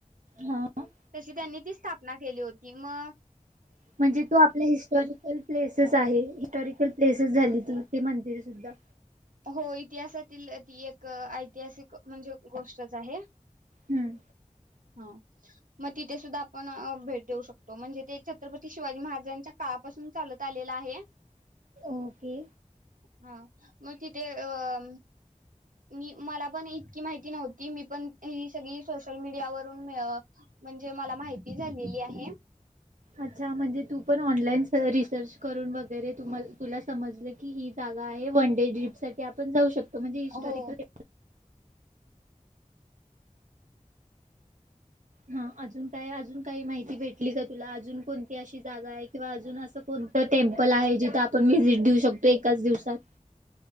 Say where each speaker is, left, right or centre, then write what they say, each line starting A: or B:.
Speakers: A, on the right; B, on the right.
A: हां
B: तशी त्यांनी ती स्थापना केली होती. म्ह
A: म्हणजे तू आपल्या हिस्टॉरिकल प्लेसेस आहे हिस्टॉरिकल प्लेसेस झाली तू ते म्हणतेे सुद्धा
B: हो इतिहासातील ती एक ऐतिहासिक म्हणजे गोष्टच आहे.
A: हम्म
B: हा मग तिथे सुद्धा आपण भेट देऊ शकतो म्हणजे ते छत्रपती शिवाजी महाराजांच्या काळापासून चालत आलेला आहे.
A: ओके
B: हा मग तिथ अ मी मला पण इतकी माहिती नव्हती मी पण ही सगळी सोशल मीडियावर म्हणजे मला माहिती झालेली आहे.
A: अच्छा म्हणजे तू पण ऑनलाईन सहलीची सर्च करून वगैरे तुम्हाला तुला समजलं की ही जागा आहे वन डे ट्रीप साठी आपण जाऊ शकतो. तो म्हणजे हिस्टॉरिकल
B: हो
A: हा अजून काय अजून काही माहिती भेटली का काय तुला अजून कोणती अशी जागा आहे किंवा अजून असं कोणतं टेम्पल आहे जिथं आपण व्हिजिट देऊ शकतो एकाच दिवसात